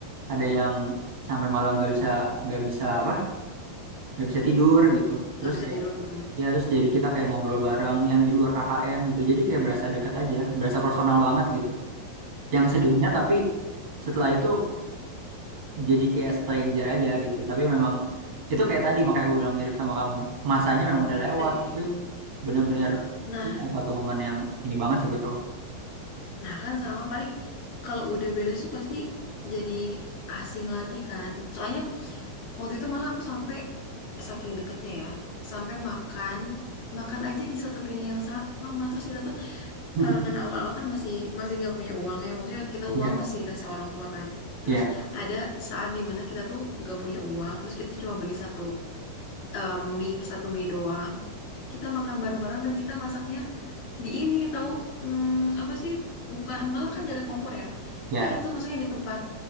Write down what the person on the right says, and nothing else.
ada yang sampai malam nggak bisa nggak bisa apa nggak bisa tidur gitu. Terus
kayak
ya terus jadi kita kayak ngobrol bareng yang di luar KKN gitu. Jadi kayak berasa deket aja, berasa personal banget gitu. Yang sedihnya tapi setelah itu jadi kayak stranger aja gitu tapi memang itu kayak tadi makanya aku bilang mirip sama kamu masanya memang udah lewat
tapi bener-bener
itu salah satu momen yang ini banget sih buat aku
<laughs>
Iya,
iya,
iya,